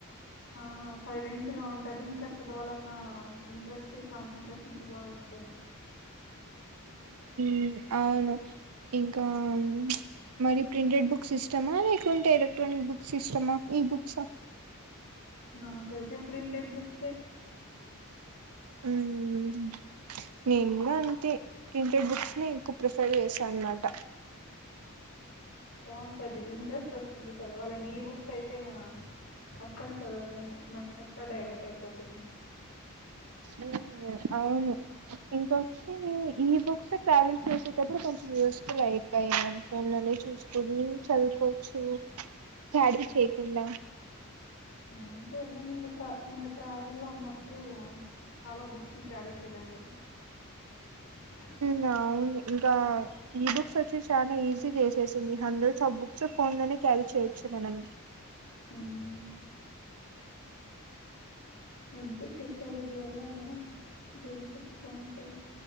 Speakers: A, on the left; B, on the right.
A: ఆ సైలెంట్గ ఉంటది ఇంక చదవాలన్న ఇంట్రెస్ట్ కాన్సన్ట్రేషన్ అంత బాగొస్తది
B: ఉమ్ ఔను ఇంకామ్ చ్ మరి ప్రింటెడ్ బుక్సిష్టమా లేకుంటే ఎలక్ట్రానిక్ బుక్సిస్టమా ఈ బుక్స
A: నాకైతె ప్రింటెడ్ బుక్సె
B: ఉమ్ నేన్ గుడా అంతె ప్రింటెడ్ బుక్స్నె ఎక్కువ ప్రిఫర్ జేస్తా అన్మాట
A: బాంటది ఇంట్రెస్టొస్తుంది చదవాలని ఈ బుక్సైతేన అస్సల్ చదవలేము మైండంత డైవర్టైపోతుంది
B: ఉమ్ ఔను ఇంకొచ్చీ ఈబుక్స్ ట్రావెల్ చేసేటప్పుడు కొంచెం యూస్ఫులై <unintelligible> ఫోన్లోనే చూస్కొని చదువ్కోచ్చు క్యాడి చెయ్కుండ
A: ఆ ఇంగ ట్రా ఇంగ ట్రావెల్లొ ఉన్నప్డూ చాలా బుక్స్ క్యారీ చెయ్లేమ్ గద <inaudible>
B: ఔను ఇంకా ఈ బుక్సొచ్చి చానా ఈజీ చేసేసింది హండ్రెడ్స్ ఆఫ్ బుక్స్ ఫోన్లోనె క్యారీ చేయొచ్చు మనం
A: హ్మ్. అంతె టెక్నాలజీ వల్లా బెనిఫిట్స్ బాంటాయ్